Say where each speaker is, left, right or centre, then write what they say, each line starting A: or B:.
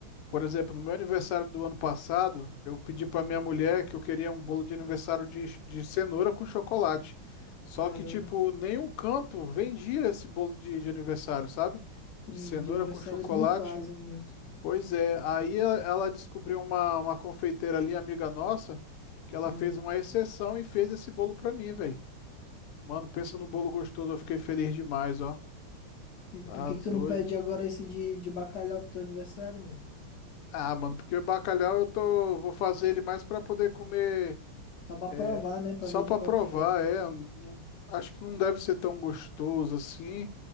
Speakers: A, on the left; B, on the left.
A: Por exemplo, no meu aniversário do ano passado, eu pedi para
B: Ah,
A: minha mulher que eu queria um bolo de aniversário de, de cenoura com chocolate. Só
B: caramba.
A: que, tipo, nenhum canto vendia esse bolo de, de aniversário, sabe?
B: Sim,
A: Cenoura
B: de aniversário
A: com chocolate.
B: eles não fazem muito.
A: Pois é, aí a- ela descobriu uma, uma confeiteira ali, amiga nossa, que ela
B: Ah,
A: fez uma exceção e fez esse bolo pra mim, velho. Mano, pensa no bolo gostoso, eu fiquei feliz demais, ó.
B: e
A: Tá
B: por que
A: doido.
B: que tu não pede agora esse de, de bacalhau pro teu aniversário, mano?
A: Ah, mano, porque o bacalhau eu tô, vou fazer ele mais pra poder comer
B: Só pra
A: É,
B: provar, né? Pra
A: só
B: ver de
A: para
B: qual
A: provar,
B: que é.
A: é. não- Acho que não deve ser tão gostoso assim,